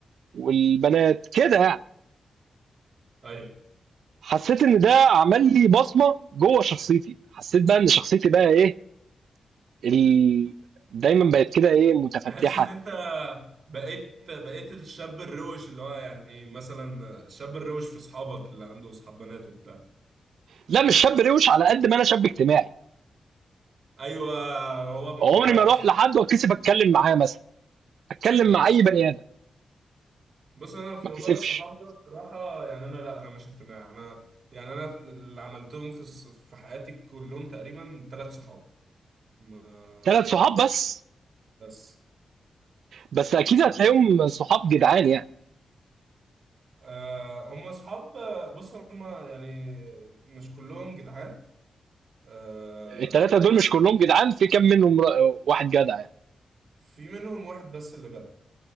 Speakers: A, on the right (about 85°); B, on the right (about 55°).
A: والبنات كده يعني
B: ايوه
A: حسيت ان ده عمل لي بصمه جوه شخصيتي حسيت بقى ان شخصيتي بقى ايه ال... دايما بقت كده ايه متفتحه
B: تحس ان انت بقيت بقيت الشاب الروش اللي هو يعني مثلا الشاب الروش في اصحابك اللي عنده اصحاب بنات وبتاع
A: لا مش شاب روش على قد ما انا شاب اجتماعي
B: ايوه هو من
A: عمري
B: موضوع
A: ما اروح لحد واتكسف اتكلم معاه مثلا اتكلم
B: ايوه
A: مع اي بني ادم
B: بص انا في
A: ما
B: موضوع
A: اتكسفش
B: الصحاب ده بصراحه يعني انا لا انا مش اقتناع انا يعني انا اللي عملتهم في الص- في حياتي كلهم تقريبا ثلاث صحاب ما
A: ثلاث
B: يعني
A: صحاب بس
B: بس
A: بس
B: و
A: اكيد هتلاقيهم صحاب جدعان يعني
B: آه هم اصحاب بص هم يعني مش كلهم جدعان آه
A: الثلاثه دول مش كلهم جدعان في كام منهم را- واحد جدع يعني
B: في منهم واحد بس اللي جدع